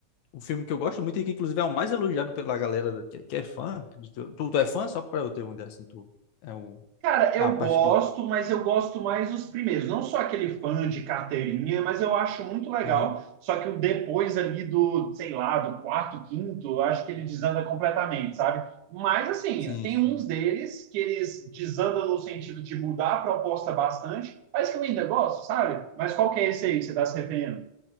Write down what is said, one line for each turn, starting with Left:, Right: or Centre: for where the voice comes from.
Left: o filme que eu gosto muito e que, inclusive, é o mais elogiado pela galera da- que, que é fã. Tu, tu, tu é fã? Só pra eu ter uma ideia assim, tu. É, o,
Right: Cara,
Left: é
Right: eu
Left: a parte
Right: gosto,
Left: que.
Right: mas eu gosto mais os primeiros. Não sou aquele fã de carteirinha, mas eu acho muito legal.
Left: Aham.
Right: Só que o depois ali do, sei lá, do quarto, quinto, eu acho que ele desanda completamente, sabe? Mas, assim,
Left: Sim,
Right: tem
Left: sim.
Right: uns deles que eles desandam no sentido de mudar a proposta bastante, mas que eu ainda gosto, sabe? Mas qual que é esse aí que você está se referindo?